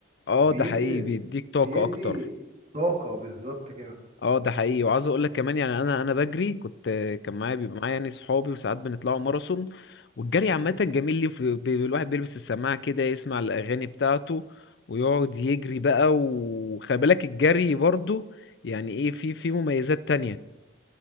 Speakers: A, on the left; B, on the right.
A: اه
B: بيدي
A: ده حقيقي بيديك طاقه
B: بيدي
A: اكتر
B: طاقه بالظبط كده
A: اه ده حقيقي وعاوز اقول لك كمان يعني انا انا بجري كنت كان معايا بيبقى معايا يعني صحابي وساعات بنطلعوا ماراثون والجري عامه
B: <clears throat>
A: جميل ليه في- بي- الواحد بيلبس السماعه كده يسمع الاغاني بتاعته ويقعد يجري بقى وخلي بالك الجري برضو يعني ايه في في مميزات تانية